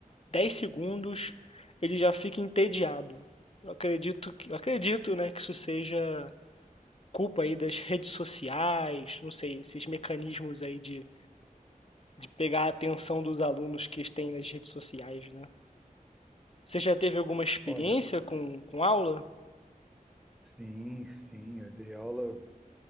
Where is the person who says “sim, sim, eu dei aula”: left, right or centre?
Centre